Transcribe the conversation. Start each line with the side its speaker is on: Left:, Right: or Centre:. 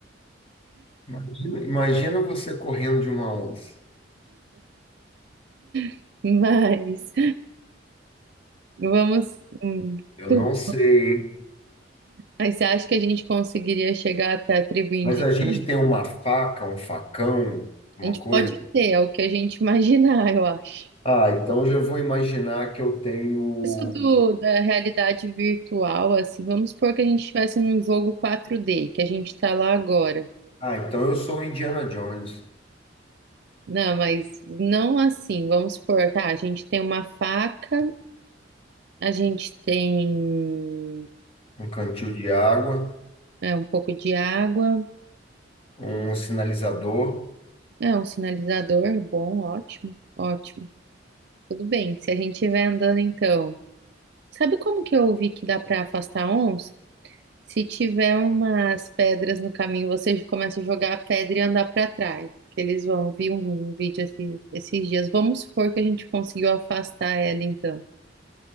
Left: Imagina, imagina você correndo de uma onça.
Right: <laughs> Mas vamos. hum,
Left: Eu
Right: tu-
Left: não sei, hein?
Right: Mas você acha que a gente conseguiria chegar até a tribo indígena?
Left: Mas a gente tem uma faca, um facão, uma
Right: A gente
Left: coisa.
Right: pode ter, é o que a gente <laughs> imaginar, eu acho.
Left: Ah, então eu já vou imaginar que eu tenho.
Right: Isso do, da realidade virtual, assim, vamos supor que a gente estivesse num jogo quatro d que a gente está lá agora.
Left: Ah, então eu sou o Indiana Jones.
Right: Não, mas não assim. Vamos supor, tá? A gente tem uma faca, a gente tem
Left: Um cantil de água,
Right: é, um pouco de água,
Left: um sinalizador.
Right: é um sinalizador, bom, ótimo, ótimo. Tudo bem. Se a gente estiver andando, então. Sabe como que eu ouvi que dá pra afastar onça? Se tiver umas pedras no caminho, você começa a jogar a pedra e andar pra trás. Que eles vão. Vi um, um vídeo esse- esses dias. Vamos supor que a gente conseguiu afastar ela, então,